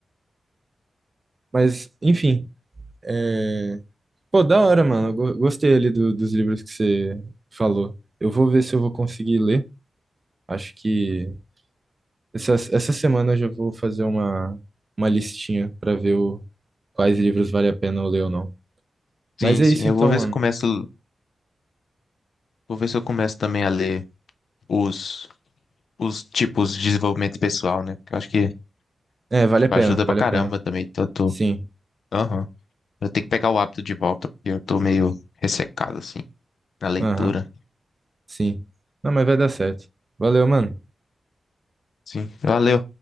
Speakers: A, on the right; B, on the left.
A: Mas, enfim. É... Pô, da hora, mano. Eu go- gostei ali do- dos livros que você falou. Eu vou ver se eu vou conseguir ler. Acho que essa, essa semana eu já vou fazer uma, uma listinha pra ver o, quais livros vale a pena eu ler ou não.
B: Sim,
A: Mas é
B: sim.
A: isso
B: Eu
A: então,
B: vou ver
A: mano.
B: se começo, vou ver se eu começo também a ler os, os tipos de desenvolvimento pessoal, né? Porque eu acho que
A: É, vale
B: tipo,
A: a pena,
B: ajuda
A: vale
B: pra caramba
A: a pena.
B: também. Então eu tô,
A: Sim,
B: aham. Eu tenho que pegar o hábito de volta, porque eu tô meio ressecado assim na leitura.
A: aham, sim. Não, mas vai dar certo. Valeu, mano.
B: Sim. Valeu.